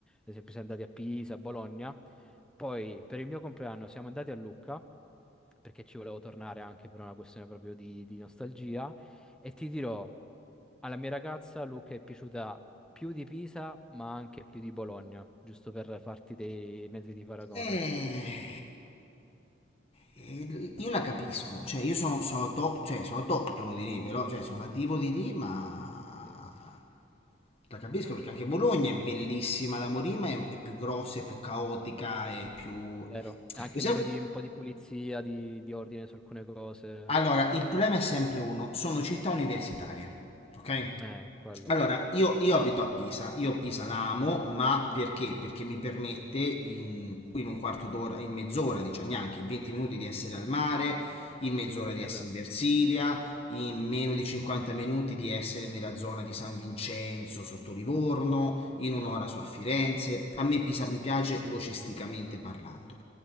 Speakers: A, in the centre; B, on the left (about 30°).
A: esempio siamo andati a Pisa, a Bologna, poi per il mio compleanno siamo andati a Lucca, perché ci volevo tornare anche per una questione proprio di, di nostalgia, e ti dirò, alla mia ragazza Lucca è piaciuta più di Pisa, ma anche più di Bologna, giusto per farti dei mezzi di paragone.
B: Eh, eh, io la capisco, cioè io sono, sono, auto- cioè, sono autoctono di lì, però cioè, sono nativo di lì, ma
A: Sì.
B: la capisco perché anche Bologna è bellissima da morire, ma è, è più grossa, è più caotica, è più... Lo
A: Vero, anche
B: sai-
A: a livello di un po' di pulizia, di, di ordine su alcune cose,
B: Allora, il problema è sempre uno, sono città universitarie, ok?
A: eh, quello.
B: Allora, io, io abito a Pisa, io Pisa la amo, ma perché? Perché mi permette in, in un quarto d'ora, in mezz'ora, diciamo neanche, in 20 minuti di essere al mare, in mezz'ora di
A: È
B: essere
A: vero,
B: in Versilia,
A: sì, sì.
B: in meno di 50 minuti di essere nella zona di San Vincenzo, sotto Livorno, in un'ora
A: Mhm.
B: su a Firenze. A me Pisa mi piace logisticamente parlando.